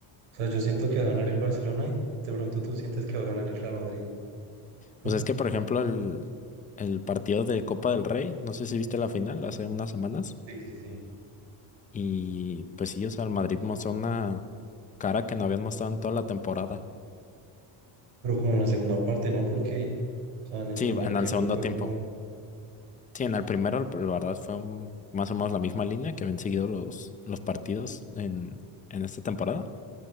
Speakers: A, on the right (about 75°); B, on the left (about 15°).
A: O sea, yo siento que va a ganar el Barcelona y de pronto tú sientes que va a ganar el Real Madrid. <laughs>
B: Pues es que, por ejemplo, el, el partido de Copa del Rey, no sé si viste la final hace unas semanas,
A: Sí, sí, sí.
B: y pues sí, o sea, el Madrid mostró una cara que no habían mostrado en toda la temporada.
A: Pero como en la segunda parte, ¿no? Porque, o sea, en el
B: Sí,
A: primer
B: en
A: tiempo
B: el segundo
A: fue como,
B: tiempo, Sí, en el primero, la verdad, fue un- más o menos la misma línea que habían seguido los, los partidos en, en esta temporada,